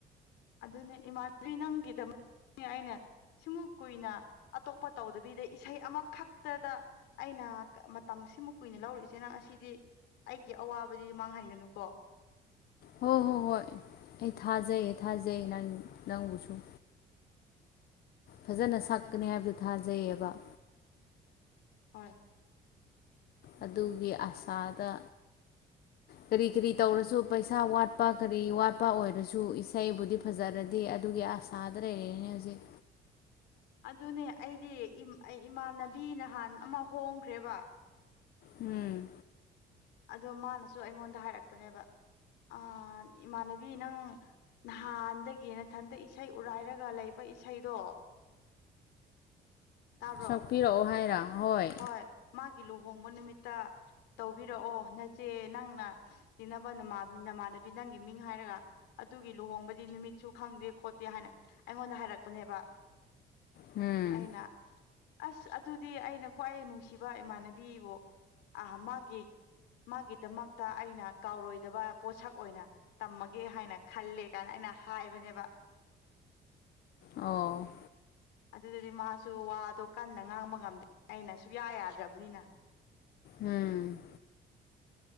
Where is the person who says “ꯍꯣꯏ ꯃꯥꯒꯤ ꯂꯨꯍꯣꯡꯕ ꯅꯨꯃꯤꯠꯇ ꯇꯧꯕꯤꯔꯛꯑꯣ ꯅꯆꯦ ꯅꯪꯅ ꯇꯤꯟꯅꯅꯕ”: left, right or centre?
Left